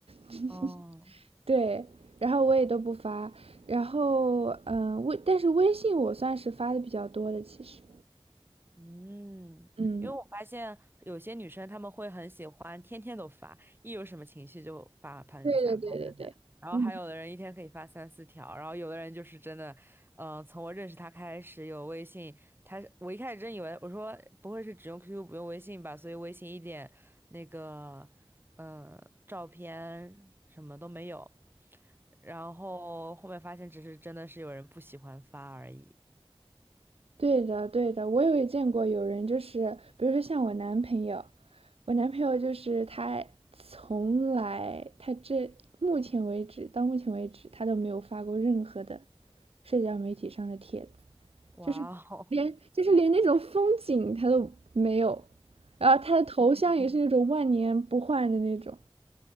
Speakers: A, on the right (about 80°); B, on the right (about 20°).
A: <laughs>
B: 哦，
A: 对，然后我也都不发。然后，嗯，微，但是微信我算是发的比较多的，其实，
B: 嗯，
A: 嗯，
B: 因为我发现有些女生她们会很喜欢天天都发，一有什么情绪就发朋友圈，
A: 对对对对对，
B: 发朋友圈。然后还有的人一天可以发三四条，
A: 嗯。
B: 然后有的人就是真的，嗯、从我认识他开始有微信，他我一开始真以为我说不会是只用 QQ 不用微信吧，所以微信一点那个嗯、呃照片什么都没有，然后后面发现只是真的是有人不喜欢发而已。
A: 对的，对的，我有也见过有人就是，比如说像我男朋友，我男朋友就是他从来，他这目前为止，到目前为止，他都没有发过任何的社交媒体上的帖子，
B: 哇哦！
A: 就是连就是连那种风景他都没有，然后他的头像也是那种万年不换的那种，